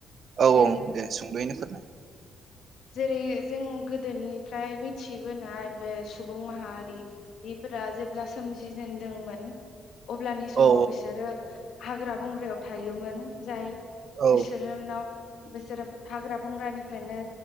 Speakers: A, on the right; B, on the left.
A: औ
B: जे
A: औ दे सुंद'यैनो फोरनाय
B: जेरै जों गो गोदोनिफ्राय मिथि बोनाय बे सुबुं माहारिफोरा जेब्ला सोमजिजेनदोंमोन अब्लानि समाव
A: औ
B: बिसोरो हाग्रा बंग्रायाव थायोमोन जाय
A: औ
B: बिसोरनाव बोसोरो हाग्रा बंग्रानिफ्रायनो